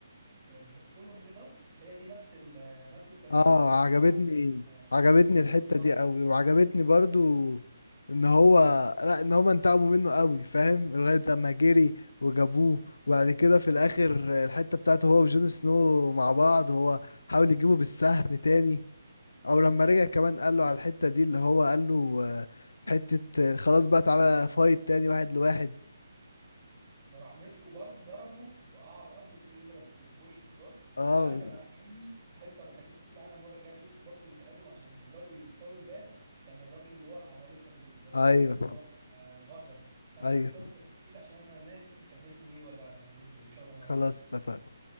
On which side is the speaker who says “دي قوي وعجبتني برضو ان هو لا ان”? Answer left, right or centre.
Left